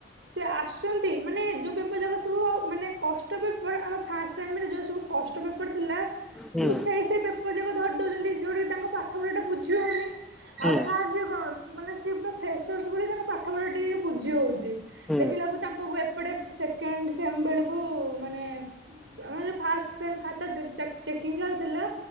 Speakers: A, on the right; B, in the centre.
A: ସେ ଆସନ୍ତି ମାନେ ଯୋଉ ପେପର ଯାକ ସବୁ ମାନେ କଷ୍ଟ ପେପର ମୋର ଆମ ଫାଷ୍ଟେ ଯୋଉ ସବୁ କଷ୍ଟ ପେପର ଥିଲା
B: ହୁଁ
A: ସବୁ ସେଇ ସେଇ ପେପର ସବୁ ଯାକ ଧରି ଦଉଛନ୍ତି ଯୋଉଟା କିି ତାଙ୍କ ପାଠ ପଢା ଟା ବୁଝି ହଉନି
B: ହୁଁ
A: ଆଉ ସାର୍। କଣ ମାନେ ସିଏ ପୁରା ଫ୍ରେସ ଭ ତାଙ୍କ ପାଠ ପଢା ଟିକେ ବୁଝି ହଉଛି।
B: ହୁଁ
A: ଦେଖିଲାକୁ ତାଙ୍କୁ ଏପଟେ ସେକେଣ୍ଡ ସେମ ବେଳକୁ ମାନେ ଆମେ ଯୋଉ ଫାଷ୍ଟେ ଟାଇମ୍ ଖାତା ଚକିଂ ଚାଲିଥିଲା।